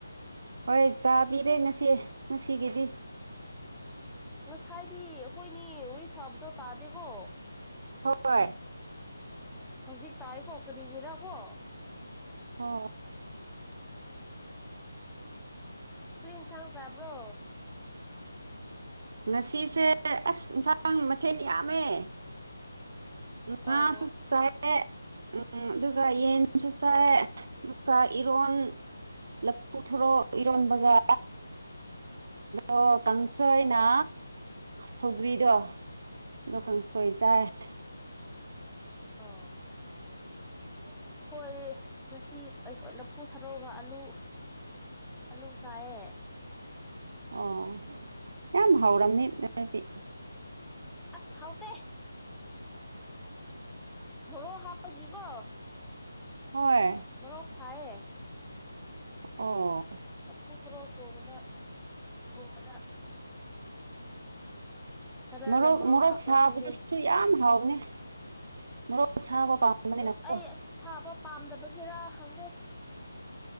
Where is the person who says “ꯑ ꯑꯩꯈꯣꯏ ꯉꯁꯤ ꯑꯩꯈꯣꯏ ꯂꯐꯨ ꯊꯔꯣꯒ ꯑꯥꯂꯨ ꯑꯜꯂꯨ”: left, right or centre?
Centre